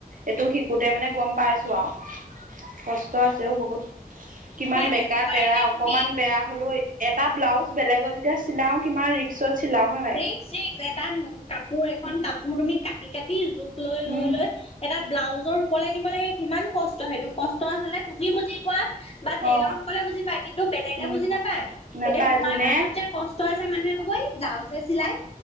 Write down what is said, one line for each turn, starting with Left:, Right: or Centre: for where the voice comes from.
Right: এইটো শি কোতে মানে গম পাইছো আও কষ্ট আছে অ বহুত কিমান
Left: সেইটোৱে
Right: বেকা
Left: তোমাৰ
Right: তেৰা
Left: এতিয়া
Right: অকমান
Left: তুমি
Right: বেয়া, হলেও এটা ব্লাউজ বেলেগলে যে চিলাও কিমান ৰিক্সত চিলাও হয় নাই
Left: এই এটা কাপোৰ এখন কাপোৰ তুমি কাটি কাটি জোখ লৈ লৈ
Right: উম
Left: লৈ, এটা ব্লাউজৰ ৰুপলে নিব লাগে কিমান কষ্ট, সেইটো ক ষ্ট আচলতে তুমি বুজি পোৱা বা টেইলৰ
Right: অ
Left: সকলে বুজি পায় কিন্তু বেলেগে
Right: উম
Left: বুজি নাপায়।
Right: নেপায়
Left: এতিয়া তোমাৰ
Right: যোনে
Left: কামটোত যে কষ্ট আছে মানুহে কব এই ব্লাউজ হে চিলাই।